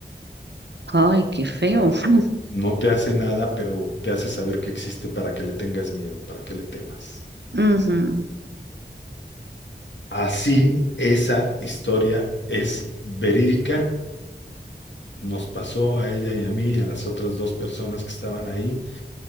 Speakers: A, on the right; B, on the left.
A: Ay, qué feo.
B: O sea,
A: <laughs>
B: no te hace nada, pero te hace saber que existe para que le tengas miedo, para que le temas.
A: Ujú,
B: Así, esa historia es verídica. Nos pasó a ella y a mí, y a las otras dos personas que estaban ahí.